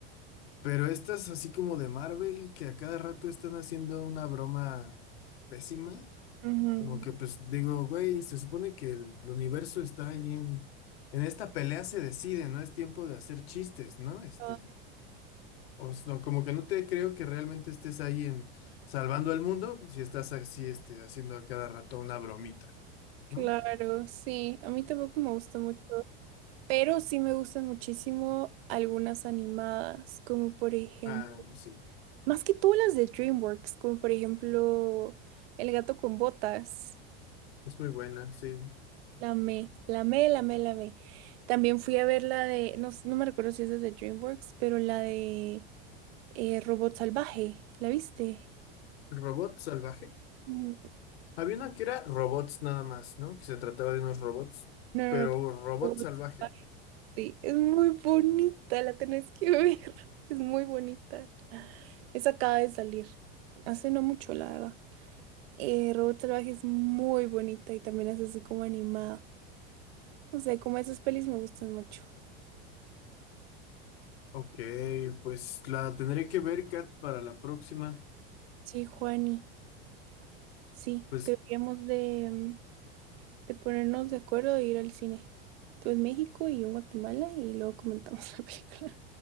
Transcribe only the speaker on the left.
pero estas así como de Marvel, que a cada rato están haciendo una broma pésima.
Como que pues digo, güey, se supone que el, el universo está ahí en, en esta pelea se decide, no es tiempo de hacer chistes, ¿no? Este,
o s- no, como que no te creo que realmente estés ahí en salvando el mundo si estás así, este, haciendo a cada rato una bromita,
¿no?
Ah, sí,
es muy buena, sí.
Robot salvaje.
Había una que era robots nada más, ¿no? Que se trataba de unos robots,
pero
robot
salvaje.
Ok, pues la tendré que ver, Kat, para la próxima.
Pues